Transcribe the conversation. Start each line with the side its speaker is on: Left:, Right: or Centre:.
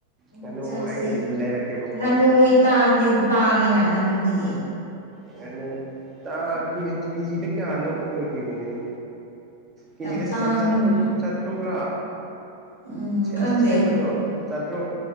Left: ꯎꯝ
Right: ꯉꯥꯅꯨ
Left: ꯆꯥꯁꯦ
Right: ꯑꯩ ꯂꯩꯔꯛꯀꯦꯕꯀꯣ
Left: ꯉꯥꯅꯨ ꯇꯥꯡꯗꯤ ꯇꯥꯡꯉꯦꯅ ꯉꯥꯅꯨꯗꯤ
Right: ꯉꯅꯨ ꯇꯥ ꯀꯤꯖꯤꯗ ꯀꯌꯥꯅꯣ ꯑꯣꯏꯈꯤꯕꯅꯤꯅꯦ ꯀꯦꯖꯤꯗ
Left: ꯌꯥꯝ
Right: ꯆꯥꯇ꯭ꯔꯨꯛ
Left: ꯇꯥꯡꯉꯦꯕ
Right: ꯆꯥꯇ꯭ꯔꯨꯛꯂꯥ
Left: ꯎꯝ
Right: ꯁꯦꯝ
Left: ꯈꯪꯗꯦ
Right: ꯑꯁꯦꯝꯕꯗꯣ ꯆꯥꯇ꯭ꯔꯨꯛ